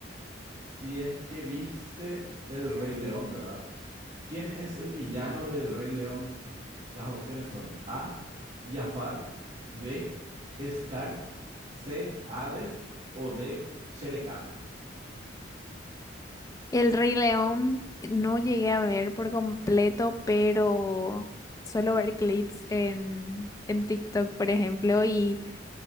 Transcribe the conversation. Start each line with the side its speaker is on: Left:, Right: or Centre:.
Right: Si es que viste El Rey León, ¿verdad? ¿Quién es el villano del Rey León? Las opciones son A, Jafar, B, Scar, C, Hades o D, Shere Khan.
Left: El Rey León no llegué a ver por completo, pero suelo ver clips en, en TikTok, por ejemplo, y